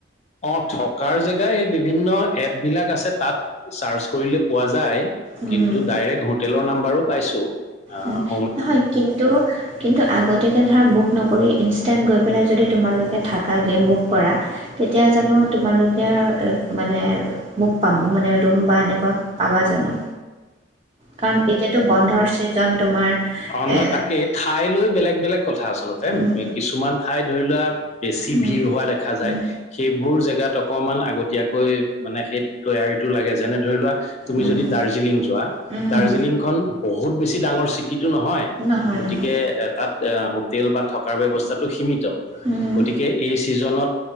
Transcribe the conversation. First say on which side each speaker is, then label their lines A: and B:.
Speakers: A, on the left; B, on the right.
A: অ থকাৰ জেগাই এই বিভিন্ন এপ বিলাক আছে তাত চাৰ্চ কৰিলে পোৱা যায়।
B: উম
A: কিন্তু ডাইৰেক্ট হোটেলৰ নাম্বাৰো পাইছো অ।
B: উম, নহয় কিন্তু কিন্তু আগতীয়াকে ধৰা বুক নকৰি ইনষ্টেণ্ট গৈ পেলাই যদি তোমালোকে থাকাগৈ বুক কৰা তেতিয়া জানো তোমালোকে মানে মোক প মানে ৰুম বা এনেকুৱা পাবা জানো। কাৰণ এতিয়াতো বন্ধৰ ছিজন তোমাৰ
A: অঁ নয়
B: এ,
A: তাকেই ঠাইলৈ বেলেগ বেলেগ কথা আচলতে
B: উম,
A: কিছুমান ঠাই ধৰি লোৱা বেছি
B: উম,
A: ভিৰ হোৱা দেখা যায়
B: উম,
A: সেইবোৰ জেগাত অকমান আগতীয়াকৈ মানে সেই তৈয়াৰীটো লাগে যেনে ধৰি লোৱা তুমি
B: উম,
A: যদি দাৰ্জিলিং যোৱা।
B: উম,
A: দাৰ্জিলিংখন বহুত বেছি ডাঙৰ চিটিটো নহয়
B: নহয়
A: গতিকে
B: নহয়
A: তাত এ হোটেল বা থকাৰ ব্যৱস্থাটো সীমিত।
B: উম,
A: গতিকে এই ছিজনত